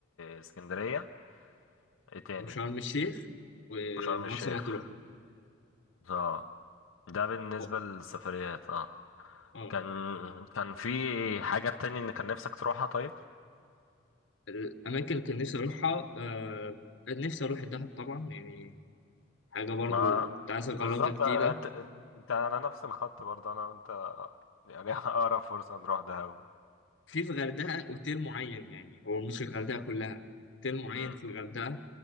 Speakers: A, on the left; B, on the left.
A: اسكندريه ايه تاني
B: وشرم الشيخ ومرسى
A: وشرم الشيخ
B: مطروح
A: اه ده بالنسبه
B: أه
A: للسفريات اه
B: آه.
A: كان كان في حاجة تاني ان كان نفسك تروحها طيب
B: الأماكن اللي كان نفسي أروحها آه. نفسي أروح الدهب طبعا يعني حاجة برضو
A: ما
B: كنت عايز أجربها
A: بالظبط
B: جديدة
A: آه، انت انت على نفس الخط برضه انا وانت يعني <laughs> اقرب فرصة نروح دهب
B: في في الغردقة أوتيل معين يعني هو مش الغردقة كلها أوتيل معين
A: مم.
B: في الغردقة